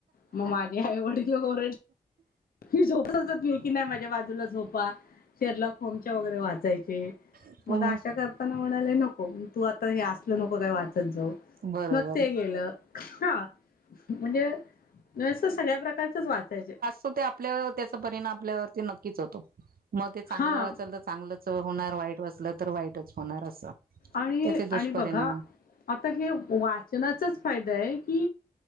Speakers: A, on the left (about 75°); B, on the right (about 75°).
A: मग माझी आई वडिल ओरडले ही झोपतच <inaudible> कि नाही माझ्या बाजूला झोपा शेरलॉक होमच्या वगैरे वाचायचे
B: अच्छा
A: मग अशा कर <inaudible> म्हणाले नको तू आता हे असलं नको काय वाचत जाऊ
B: बरोबर
A: मग ते गेलं हा म्हणजे नस सगळ्या प्रकारचेच वाचायचे
B: आपल्यावर त्याचा परिणाम आपल्यावर नक्कीच होतो मग ते चांगलं
A: हा
B: वाचा चांगलंच होणार वाईट वाचलं तर वाईटच होणार असं
A: आणि
B: त्याचे दुष्परिणाम
A: आणि बघा आता हे वाचनाचाच फायदा आहे की